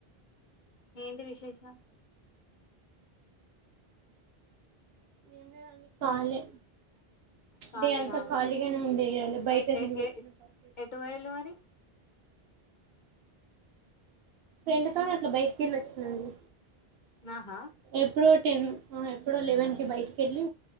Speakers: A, on the left (about 50°); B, on the right (about 75°).
A: ఏంటి విశేషాలు
B: తీన్ లేదండీ కాలే
A: ఖాళీయా
B: డే అంత ఖాళీగానే ఉండే ఇయ్యాల బయట
A: ఎ ఎ
B: తిరిగి గోచ్చిన
A: ఎ
B: కాసేపు
A: ఎటు వోయిల్లు మరీ
B: ఫ్రెండ్ తోని అట్లా బయటికేళ్ళి వచ్చినండి
A: ఆహా
B: ఎప్పుడో టెన్ ఎప్పుడో లెవెన్ కి బయటకేళ్ళి